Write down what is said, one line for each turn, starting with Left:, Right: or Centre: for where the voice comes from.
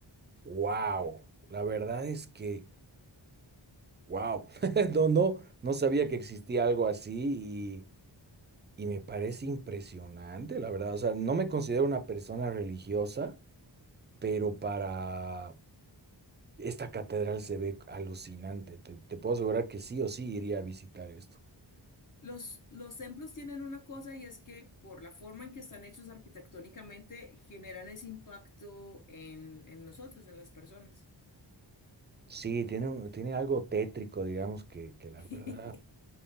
Right: ¡Wow! La verdad es que, wow. <laughs> No, no, no sabía que existía algo así y, y me parece impresionante, la verdad. O sea, no me considero una persona religiosa, pero para Esta catedral se ve alucinante. Te, te puedo asegurar que sí o sí iría a visitar esto.
Left: Los, los templos tienen una cosa y es que por la forma en que están hechos arquitectónicamente generan ese impacto en, en nosotros, en las personas.
Right: Sí, tiene, un- tiene algo tétrico, digamos, que, que la
Left: <laughs>
Right: verdad